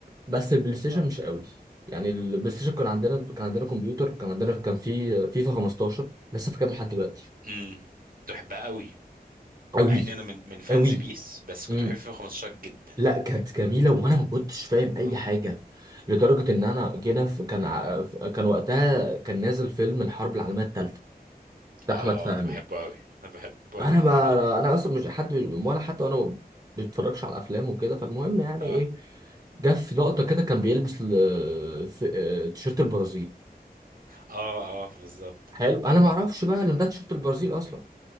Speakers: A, on the right; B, on the right.
A: بس البلاي ستيشن
B: اه
A: مش قوي يعني البلاي ستيشن كان عندنا كان عندنا كمبيوتر كان عندنا كان في فيفا 15 لسه فاكرها لحد دلوقتي
B: امم تحبها قوي
A: قوي
B: مع ان انا من من فانز
A: قوي
B: بيس بس كنت
A: امم
B: بحب فيفا 15 جدا
A: لا كانت جميله وانا ما كنتش فاهم
B: اه
A: اي حاجه لدرجه ان انا جينا في كان ع- في- كان وقتها كان نازل فيلم الحرب العالميه الثالثه بتاع
B: اه
A: احمد فهمي
B: انا بحبه قوي انا بحبه
A: انا
B: قوي
A: ما
B: <laughs>
A: انا اصلا مش حد ولا حتى انا ما بتفرجش على افلام وكده فالمهم يعني
B: اه
A: ايه جه في لقطه كده كان بيلبس ال- في- آه، تيشيرت البرازيل
B: اه اه بالظبط
A: حلو انا ما اعرفش بقى ان ده تيشيرت البرازيل اصلا